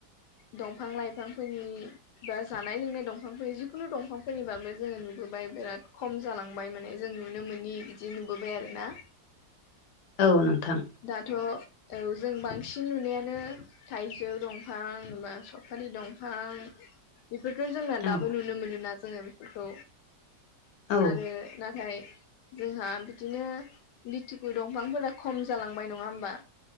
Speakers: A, on the left; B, on the left.
A: दंफां लाइफांफोरनि बा जानाय लोंनाय दंफांफोर जिखुनु दंफांफोरनिबाबो जोङो नुबोबाय बिराद खम जालाङो संबाय माने जों नुनो मोनोनि बिदि नुबोबाय आरो ना
B: औ नोंथां
A: दाथ' औ जों बांसिन नुनायानो थाइजौ दंफां बा सफारि दंफां बेफोरखौ जोंना दाबो
B: औ
A: नुनो मोनोना जोङो बेफोरखौ
B: औ
A: आरो नाथाय जोंहा बिदिनो लिथुखु दंफांफोरा खम जालांबाय नङा होमबा